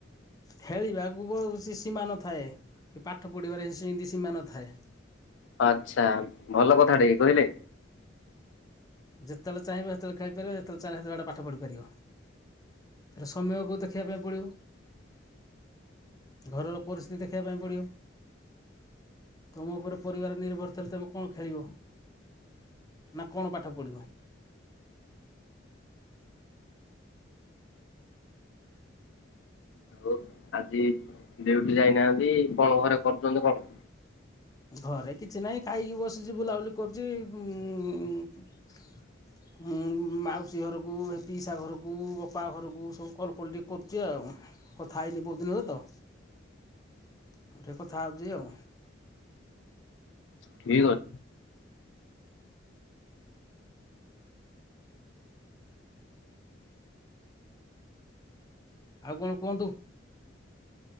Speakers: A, on the left; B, on the left.
A: ଖେଳିବାକୁ ବ କିସି ସୀମା ନଥାଏ। କି ପାଠ ପଢିବାରେ ସିମତି ସୀମା ନଥାଏ।
B: ଆଛା ଭଲ କଥା ଟେ କହିଲେ।
A: ଯେତବେଳେ ଚାହିଁବ ସେତବେଳେ ଖାଇପାରିବ ଯେତବେଳେ ଚାହିଁଲେ ସେତବେଳେ ଗୋଟାଏ ପାଠ ପଢିପାରିବ। ସେଟା ସମୟକୁ ଦେଖେଇବା ପାଇଁ ପଡିବ। ଘରର ପରିସ୍ଥିତି ଦେଖେଇବା ପାଇଁ ପଡିବ। ତମ ଉପରେ ପରିବାର ନିର୍ଭର ଥିଲେ ତମେ କଣ ଖେଳିବ? ନା କଣ ପା ପଢିବ
B: ଆଉ ଆଜି ଡ୍ୟୁଟି ଯାଇନାହାନ୍ତି କଣ ଘରେ କରୁଛନ୍ତି କଣ?
A: ଘରେ କିଛି ନାହିଁ ଖାଇକି ବସିଛି ବୁଲାବୁଲି କରୁଛି ଉଂ ଉଁ ମାଉସୀ ଘରକୁ ହେ ପିସା ଘରକୁ ଅପା ଘରକୁ ସବୁ କଲ୍ ଫଲ ଟିକେ କରୁଛି ଆଉ। କଥା ହେଇନି ବହୁତ ଦିନରେ ତ ତ ଟିକେ କଥା ହେଉଛି ଆଉ।
B: ଠିକ ଅ
A: ଆଉ କଣ କୁହନ୍ତୁ?